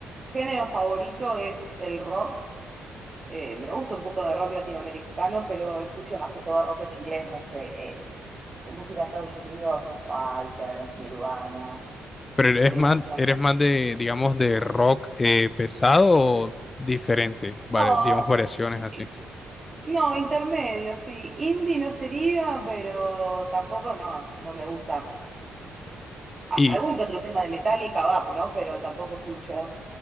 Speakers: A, on the right (about 35°); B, on the left (about 35°).
A: género favorito es el rock. Eh, me gusta un poco de rock latinoamericano, pero escucho más que todo rock en inglés, no sé, eh, de música de Estados Unidos, Foo Fighters, Nirvana.
B: ¿Pero eres
A: Me
B: más,
A: gusta.
B: eres más de, digamos, de rock eh, pesado o diferente? Vale,
A: No,
B: digamos, variaciones así.
A: eh, no, intermedio, sí. Indie no sería, pero tampoco no, no me gusta. A-
B: Y,
A: Algún que otro tema de Metallica, va, ¿no? Pero tampoco escucho.